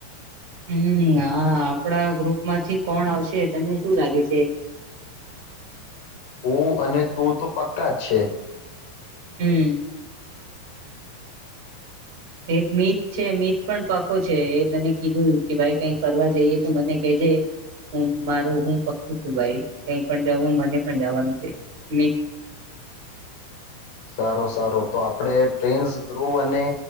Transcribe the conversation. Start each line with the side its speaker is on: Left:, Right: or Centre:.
Right: હમ્મ હા આપડા ગ્રુપ માંથી કોણ આવશે તને શું લાગે છે
Left: હું અને તું તો પક્કા જ છે
Right: હમ એક મીત છે મીત પણ પાકો છે એ મને કીધું કે ભાઈ કઈ ફરવા જઈએ તો મને કેજે હું મારોું હું પક્કું છું ભાઈ કઈ પણ જાઉું મને પણ જવાનું છે મ
Left: સારો સારું તો આપડે પ્રેન્સ ધ્રુવ અને